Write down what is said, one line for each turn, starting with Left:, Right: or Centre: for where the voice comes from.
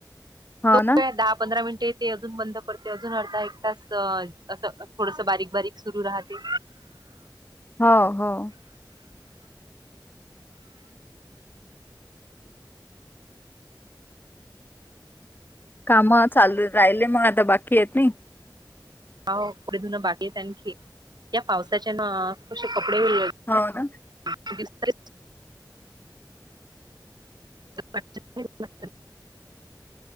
Left: हाव
Right: तो
Left: ना,
Right: काय दहा, पंधरा मिनिटे येते अजून बंद पडते, अजून अर्धा एक तास असं थोडस बारीक -बारीक सुरू राहते.
Left: हो -हो, काम चालू राहिले मग आता बाकी येत नही.
Right: हो पुढे धुनं बाकी आहेत आणखी या पावसाच्या ना कशे कपडे उरले
Left: हाव ना,
Right: हस् <inaudible> <inaudible>